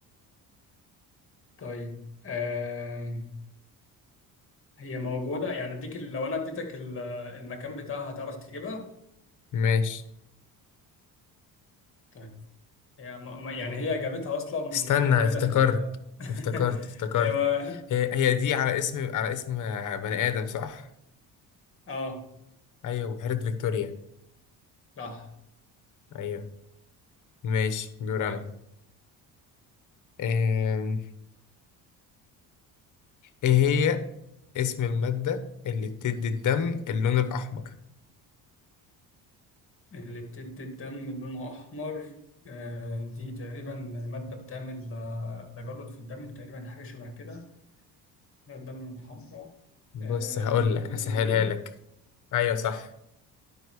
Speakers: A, on the left; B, on the left.
A: طيب آه، هي موجودة يعني أديك ال- لو أنا اديتك ال- المكان بتاعها هتعرف تجيبها؟
B: ماشي
A: طيب هي ما ما- يعني هي إجابتها أصلا
B: استنى
A: موجودة
B: افتكرت
A: في ال <laughs>
B: افتكرت افتكرت
A: هي ما
B: هي هي دي على اسم على اسم بني آدم صح؟
A: آه
B: أيوة بحيرة فيكتوريا
A: صح
B: أيوة ماشي دور
A: طيب
B: أنا آم، إيه هي اسم المادة اللي بتدي الدم اللون الأحمر؟
A: اللي بتدي الدم لونه أحمر آه، دي تقريبا مادة بتعمل آه، تجلط في الدم تقريبا حاجة شبه كده لون الدم الحمراء
B: بص
A: آه،
B: هقول
A: الهيموجلوبين
B: لك هسهلها لك أيوة صح